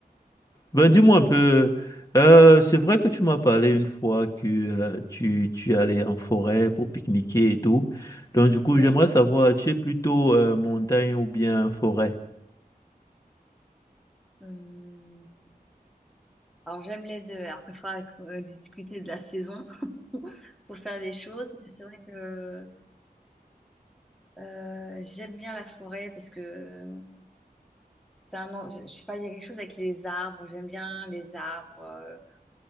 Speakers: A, on the left; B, in the centre.
A: Ben, dis-moi un peu, euh, c'est vrai que tu m'as parlé une fois que euh, tu, tu allais en forêt pour pique-niquer et tout. Donc, du coup,
B: Oui.
A: j'aimerais savoir, tu es plutôt euh, montagne ou bien forêt?
B: Euh, Alors, j'aime les deux. Après, il faudra co- euh, discuter de la saison <laughs> pour faire des choses. Mais c'est vrai que euh, j'aime bien la forêt parce que euh, c'est un... en- Je, je sais pas, il y a quelque chose avec les arbres. J'aime bien les arbres, euh,